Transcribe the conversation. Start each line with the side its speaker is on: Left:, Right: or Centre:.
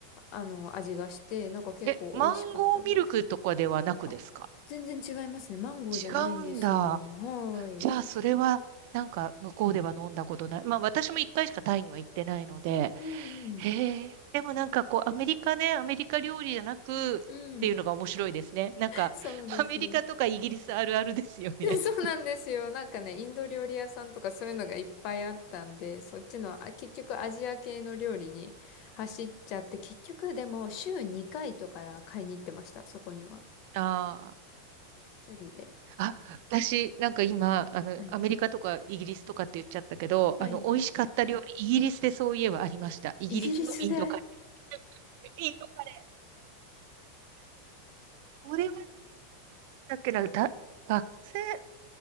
Left: あの、味がして、なんか結構美味しかったです。
Right: え、マンゴーミルクとかではなくですか
Left: あ、全然違いますね。マンゴーじゃないんですよ。
Right: 違うんだ。
Left: はーい。
Right: じゃあ、それは、なんか、向こうでは飲んだことない。まあ、私も一回しかタイには行ってないので。
Left: うんうん。
Right: へえ。でもなんかこう、アメリカね、アメリカ料理じゃなく、っていうのが面白いですね。
Left: うん。
Right: なんか、
Left: そうです。
Right: アメリカとかイギリスあるあるですよね。
Left: <laughs> そうなんですよ。
Right: <laughs>
Left: なんかね、インド料理屋さんとかそういうのがいっぱいあったんで、そっちの、あ、結局アジア系の料理に走っちゃって、結局でも週2回とか買いに行ってました、そこには。
Right: ああ。
Left: 釣りで。
Right: あ、私、なんか今、あの、
Left: はい。
Right: アメリカとかイギリスとかって言っちゃったけど、
Left: はい。
Right: あの、美味しかった料理、イギリスでそういえばありました。イギリスのインドカレ
Left: イギリスで
Right: ー。インドカレー。これは、だっけな、だ、学生、